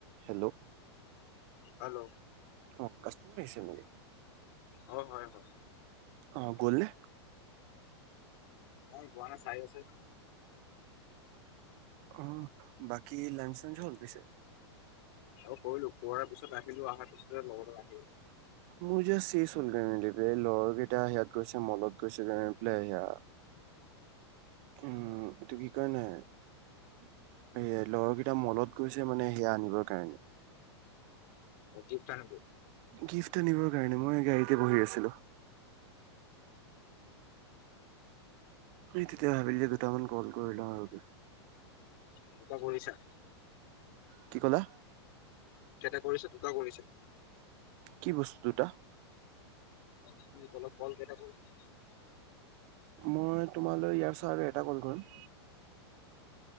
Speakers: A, on the right; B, on the left.
A: Hello
B: hello
A: অঁ customer আহিছে নেকি?
B: হয় হয় হয়।
A: অঁহ গ'ল নে?
B: নাই যোৱা নাই চায় আছে।
A: অঁ বাকী লাঞ্চ চাঞ্চ হ'ল পিছে?
B: আৰু কৰিলো খোৱাৰ পিছত আহিলো আহাৰ পিছতে লগৰ লগ আহিল
A: মোৰ যে শেচ হ'ল গৈ মেলি। এই ল'ৰা কেইটা সিয়াত গৈছে মলত গৈছে গ্ৰামী পাই সেয়া
B: <unintelligible>
A: উম এইটো কি কাৰণে এ লগৰকেইটা মলত গৈছে মানে সেয়া আনিবৰ কাৰণে
B: অ গিফটা অনিব
A: গিফ্ট আনিবৰ কাৰণে মই গাড়ীতে বহি আছিলো। এই তেতিয়া ভাবিলো যে দুটামান কল কৰি লও আৰু
B: কিবা কৰিছা?
A: কি ক'লা?
B: তেতে কৰিছে দুটা কৰিছে
A: কি বস্তুটা
B: আপুনি কল কেইটা কৰিছে?
A: মই তোমালৈ ইয়াৰ পাছত আৰু এটা কল কৰিম।